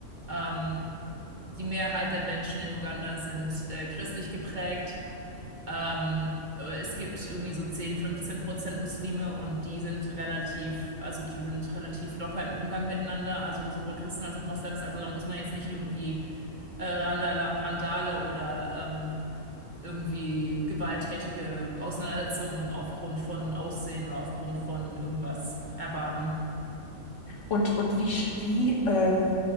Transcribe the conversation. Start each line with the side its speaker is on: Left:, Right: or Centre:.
Right: Ähm, die Mehrheit der Menschen in Uganda sind äh, christlich geprägt. Ähm, äh, es gibt irgendwie so 10, 15 Prozent Muslime und die sind relativ, also die sind relativ locker im Umgang miteinander, also sowohl Christen als auch Moslems. Also da muss man jetzt nicht irgendwie äh, Randala Randale oder ähm, irgendwie gewalttätige Auseinandersetzungen aufgrund von Aussehen oder aufgrund von irgendwas erwarten.
Left: Und, und wie, sch- wie, ähm,